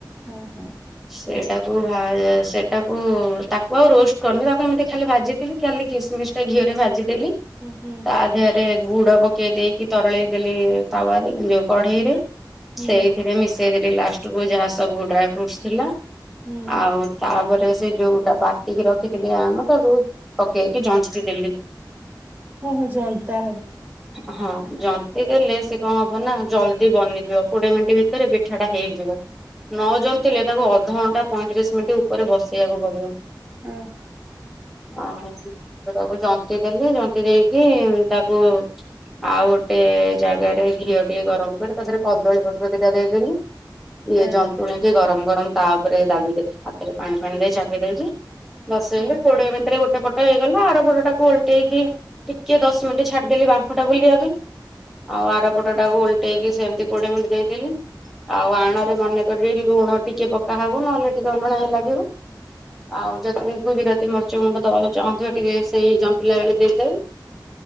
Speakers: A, on the right (about 25°); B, in the centre.
A: ହଁ ହଁ।
B: ସେଇଟାକୁ ଭାଏ ସେଟାକୁ ତାକୁ ଆଉ ରୋଷ୍ଟ କମୀଲା କେମିତି ଖାଲି ଭାଜି କିଲୁ କେଲି କିସ୍ମିମିସ୍ ଟା ଘିଅରେ ଭାଜିଦେଲି
A: ହୁଁ
B: ତା
A: ହୁଁ
B: ଦେହରେ ଗୁଡ ପକେଇ ଦେଇକି ତରଳେଇ ଦେଲି ତାୱାରେ ଲୁଅ କଢେଇରେ।
A: ହୁଁ
B: ସେଇଥିରେ
A: ହୁଁ
B: ମିଶେଇି ଦେଲି ଲାଷ୍ଟକୁୁ ଯାହା ସବୁ ଡ୍ରାଇ ଫ୍ରୁଟ ଥିଲା।
A: ହୁଁ
B: ଆଉ ତାପରେ ସେ ଯୋଉଟା ବାଟିକି ରଖିଥିଲି ଆଣ ତାକୁ ପକେଇକି ଜନ୍ତି ଦେଲି।
A: କୋମୁଁ ଜାଇତା
B: ହଁ ଜନ୍ତି ଦେଲେ ସେ କଁ ହବ ନା ଜଲ ଦି ବନିଯିବ କୋଡିଏ ମିନିଟ୍ ଭିତରେ ପିଠାଟା ହେଇଯିବ ନଜଉ ଥିଲେ ତାକୁ ଅଧଘଣ୍ଟା ପଇଁରିଶ ମିନିଟ୍ ଉପରେ ବସେଇବାକୁ ପଡିବ।
A: ହୁଁ।
B: ଆ ତାକୁ ଜନ୍ତି ଦେଲି ଜନ୍ତି ଦେଇକି ତାକୁ ଆଉ ଗୋଟେ ଜାଗାରେ ଘିଅ ଟିକେ ଗରମ କରି ତା ଦେହରେ କଦଳୀ ପତ୍ର ଦିଟା ଦେଇଦେଲିି ଇଏ
A: ହଁ
B: ଜନ୍ତୁଳିକି ଗରମ ଗରମ ତା ଉପରେ ଦାବି ଦେଇକି ହାତରେ ପାଣି ଫାଣି ଦେଇ ଚାପି ଦେଇଚି ବସେଇଲେ
A: ହଁ ହୁଁ
B: କୋଡିଏ ମିନିଟରେ ଗୋଟେ ପଟ ହେଇଗଲା। ଆର ଆରପଟଟାକୁ ଓଲଟେଇକି ଟିକେ ଦଶ ମିନିଟ୍ ଛାଡିଦେଲି ବାମ୍ପଟା ବୁଲାଇବା ପାଇଁ ଆଉ ଆରପଟଟାକୁ ଓଲଟେଇକି ସେମିତି କୋଡିଏ ମିନିଟ୍ ଦେଇଦେଲି। ଆଉ ଆଣରେ ମନେପକେଇରି ଲୁଣ ଟିକେ ପକା ହବ ନହେଲେ ଟିକେ ଅଲଣା ଲାଗିବ। ଆଉ ଯଦି ଗୁଗୁ ରାତି ମର୍ଚ୍ଚ ଗୁଣ୍ଡ ଦବାକୁ ଚାହୁଁ ଥିବେଟିକେ ସେ ଜନ୍ତିଲା ବେଳକୁ